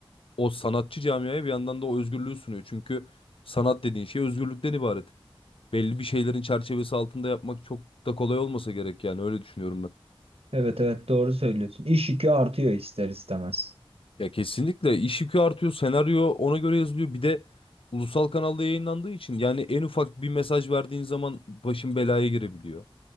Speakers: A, on the left (about 70°); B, on the right (about 85°).
A: o sanatçı camiaya bir yandan da o özgürlüğü sunuyor. Çünkü sanat dediğin şey özgürlükten ibaret. Belli bir şeylerin çerçevesi altında yapmak çok da kolay olmasa gerek yani öyle düşünüyorum ben.
B: evet, evet doğru söylüyorsun. İş yükü artıyor ister istemez.
A: Ya kesinlikle iş yükü artıyor, senaryo ona göre yazılıyor. Bir de ulusal kanalda yayınlandığı için yani en ufak bir mesaj verdiğin zaman başın belaya girebiliyor.